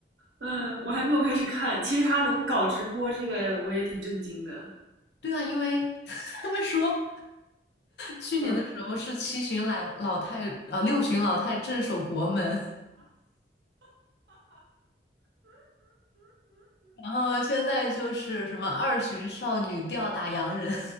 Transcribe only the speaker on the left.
对啊，因为 <laughs> 他们说去年的时候是七旬老老太呃六旬老太镇守国门，
然后现在就是什么二旬少女吊打洋人，